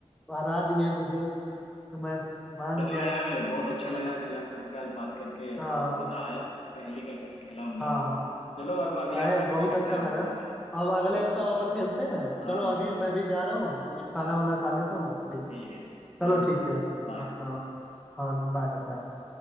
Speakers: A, in the centre; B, on the left (about 65°).
A: हरा दिए मुझे तो मैं मान
B: चलो
A: गया
B: यार बहुत अच्छा लगा कि यार तुमसे आज बात करके मतलब
A: हाँ
B: मजा आया पहेली का खेला हमने
A: हाँ
B: आज चलो अब अगले
A: अरे
B: हफ्ते
A: बहुत
B: फिर खेलने
A: अच्छा
B: आऊंगा
A: लगा
B: तुम्हारे साथ
A: अब अगले
B: <laughs>
A: हफ्ते और खेलते हैं
B: हाँ
A: चलो अभी
B: बिल्कुल
A: मैं भी जा रहा हूँ कुछ खाना
B: हाँ
A: वाना खा लेता हूँ ठीक
B: ठीक है ठीक है
A: चलो
B: चलो
A: ठीक है
B: बाय
A: हाँ हाँ। हाँ बाय बाय